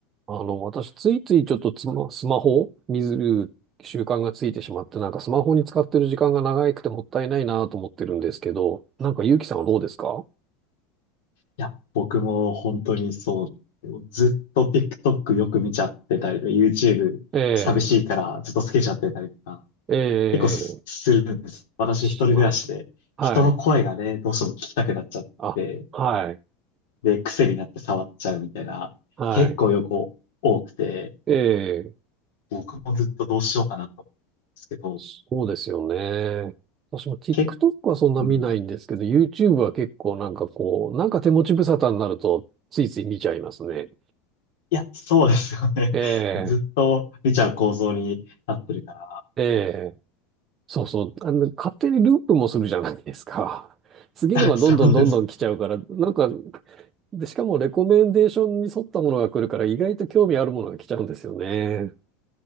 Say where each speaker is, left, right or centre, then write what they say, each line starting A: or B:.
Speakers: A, on the right; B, on the left.
A: あの、私、ついついちょっとつま、スマホを見る習慣がついてしまって、なんかスマホに使ってる時間が長くてもったいないなと思ってるんですけど、なんか、ゆうきさんはどうですか
B: いや、僕も本当にそう。ずっと TikTok よく見ちゃってたりとか、YouTube
A: え
B: 寂しいからずっとつけちゃってたりとか、
A: え、え
B: 結構すするんです。
A: え、
B: 私一人暮らしで、
A: しま、はい。
B: 人の声がね、どうしても聞きたくなっちゃって、
A: あ、はい、
B: で、癖になって触っちゃうみたいな、
A: はい。
B: 結構横多くて、
A: ええ、
B: 僕もずっとどうしようかなと思うんですけど、
A: そうですよね。私も TikTok
B: け、
A: はそんな見ないんですけど、
B: うん。
A: YouTube は結構なんかこう、なんか手持ち無沙汰になると、ついつい見ちゃいますね。
B: いや、そうですよね。
A: ええ、
B: <laughs> ずっと見ちゃう構造になってるから、
A: えそうそう。あの、勝手にループもするじゃないですか。<laughs> 次のがどんどんどんどん来ちゃうから、
B: <laughs> そうです。
A: なんか、で、しかもレコメンデーションに沿ったものが来るから、意外と興味あるものが来ちゃうんですよね。